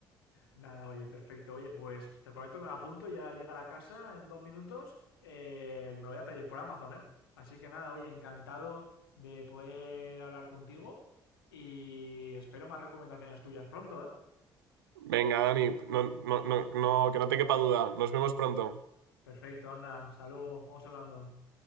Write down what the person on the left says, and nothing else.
Nada, oye, perfecto. Oye, pues te prometo que me lo apunto y al llegar a casa en dos minutos eh, me lo voy a pedir por Amazon, ¿eh? Así que nada, oye, encantado de poder hablar contigo y espero más recomendaciones tuyas pronto, ¿eh?
Perfecto, anda, hasta luego, vamos hablando.